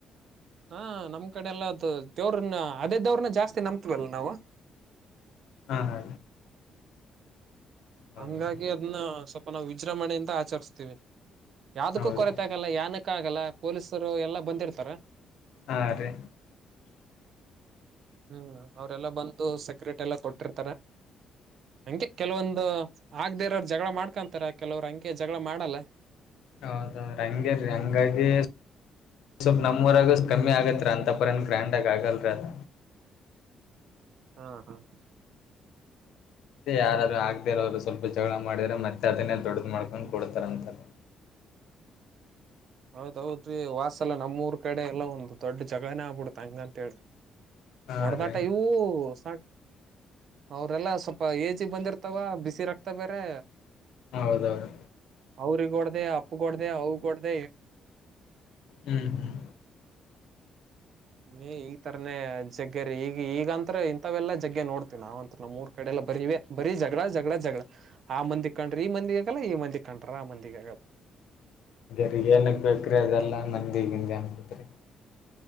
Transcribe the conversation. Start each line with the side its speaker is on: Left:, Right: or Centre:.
Right: ಹಾ ನಮ್ ಕಡೆ ಎಲ್ಲ ದೇವ್ರನ್ನ ಅದೇ ದೇವ್ರನ್ನ ಜಾಸ್ತಿ ನಂಬ್ತಿವಲ್ಲ ನಾವು
Left: ಹಾ ಹಾ ಹೌದೌದು
Right: ಹಂಗಾಗಿ ಅದನ್ನ ಸ್ವಲ್ಪ ನಾವು ವಿಜೃಂಭಣೆ ಇಂದ ಆಚರ್ಸ್ತೀವಿ ಯಾವ್ದಕ್ಕೂ
Left: ಹೌದ್ರಿ
Right: ಕೊರ್ತೆ ಆಗಲ್ಲ ಯಾನಕ್ ಕ್ಕಾಗಲ್ಲ ಪೊಲೀಸೊರು ಎಲ್ಲಾ ಬಂದಿರ್ತಾರ
Left: ಆ ರಿ
Right: ಹ್ಮ್ ಅವ್ರೆಲ್ಲ ಬಂದು ಸೆಕ್ರೆಟ್ ಎಲ್ಲಾ ಕೊಟ್ಟಿರ್ತಾರ ಹಂಗೆ ಕೆಲ್ವೊಂದು ಆಗ್ದೆ ಇರೋರ್ ಜಗಳ ಮಾಡ್ಕೊಂತಾರ ಕೆಲವ್ರು ಹಂಗೆ ಜಗಳ ಮಾಡಲ್ಲ
Left: ಹೌದ ಹಂಗೇರಿ ಹಂಗಾಗಿ ಸುಮ್ನ್ ನಮ್ಮುರಗು ಕಮ್ಮಿ ಆಗತ್ರಿ ಅಂತ ಪರೆನ್ ಗ್ರ್ಯಾಂಡಗ್ ಆಗಲ್ರಿ ಅದ
Right: ಹಾ ಹಾ
Left: ಅದೇ ಯಾರಾದ್ರು ಆಗ್ದೇ ಇರೋರು ಸ್ವಲ್ಪ ಜಗಳ ಮಾಡಿದ್ರ ಮತ್ತೆ ಅದನ್ನೇ ದೊಡ್ಡದ್ ಮಾಡ್ಕೊಂಡ್ ಕೊಡ್ತಾರ್ ಅಂತಾ.
Right: ಹೌದೌದ್ರಿ ವಾಸಲ್ಲ ನಮ್ ಊರ್ ಕಡೆ ಎಲ್ಲ ಒಂದು ದೊಡ್ ಜಗ್ಳನೇ ಆಗ್ಬಿಡುತ್ ಹಂಗಂತ್ ಹೇಳಿ
Left: ಹಾ
Right: ಹೊಡೆದಾಟ
Left: ರೀ
Right: ಇವು ಸಾ ಅವ್ರೆಲ್ಲ ಸ್ವಲ್ಪ ಏಜಿಗ್ ಬಂದಿರ್ ಆತವಾ ಬಿಸಿ ರಕ್ತ ಬೇರೆ
Left: ಹೌದೌದು
Right: ಅವ್ರಿಗ್ ಹೊಡ್ದ ಪ್ಪ ಕೊಡ್ದ ಅವು ಕೊಡ್ದ
Left: ಹ್ಮ್ ಹ್ಮ್
Right: ನೀ ಈ ತರನೇ ಜಗ್ಗೆರ ಈಗ ಈಗಂತ್ರ ಇಂಥವೆೆಲ್ಲಾ ಜಗ್ಗೆ ನೋಡ್ತವಿ ನಾವಂತ್ರ ನ ಮೂರ್ ಕಡೆ ಎಲ್ಲ ಬರಿವೇ ಬರೀ ಜಗಳ ಜಗಳ ಜಗಳ ಆ ಮಂದಿಗ್ ಕಣ್ರಿ ಈ ಮಂದಿಗ ಆಗಲ್ಲ ಈ ಮಂದಿಗ್ ಕಂಡ್ರ ಆ ಮಂದಿಗ ಆಗಲ್ಲ
Left: ರಿ ಏನಕ್ಕೆ ಬೇಕ್ರಿ ಅದೆಲ್ಲ ನ್ದ ಈಗಿಂದ ಅನ್ಕತ್ರಿ